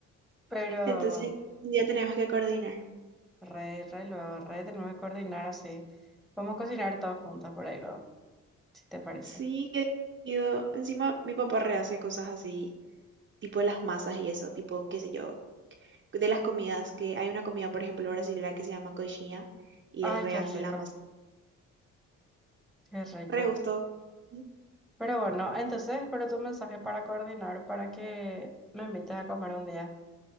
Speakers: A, in the centre; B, on the right.
A: Pero
B: Entonces, un día tenemos que coordinar.
A: Re, re luego, re tenemos que coordinar así. Vamos a cocinar todos juntas por ahí luego, si te parece.
B: Sí, qué divertido. Encima, mi papá rehace cosas así, tipo las masas y eso, tipo, qué sé yo, de las comidas, que hay una comida, por ejemplo, brasilera que se llama coxinha y
A: Ay,
B: él rehace
A: qué rico,
B: la masa.
A: qué rico.
B: Re gusto. Ujú.
A: Pero bueno, entonces espero tu mensaje para coordinar, para que me invites a comer un día.